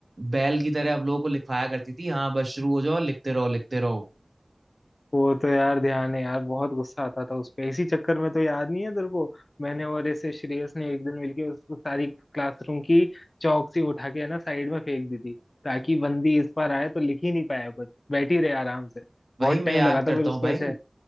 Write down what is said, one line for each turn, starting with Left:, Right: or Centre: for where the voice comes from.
Right: बैल की तरह हम लोगों को लिखवाया करती थी हाँ बस शुरू हो जाओ लिखते रहो लिखते रहो
Left: वो तो यार ध्यान है यार बहुत गुस्सा आता था उस पे इसी चक्कर में तो याद नहीं है तेरे को मैंने और ऐसे श्रेयस ने एक दिन मिलके उस सारी क्लासरूम की चौक से उठा के है ना साइड में फेंक दी थी ताकि बंदी इस बार आए तो लिख ही नहीं पाया कुछ बैठी रहे आराम से
Right: वही
Left: बहुत
Right: मैं
Left: टाइम
Right: याद
Left: लगा था
Right: करता
Left: फिर उसको
Right: हूँ भाई
Left: ऐसे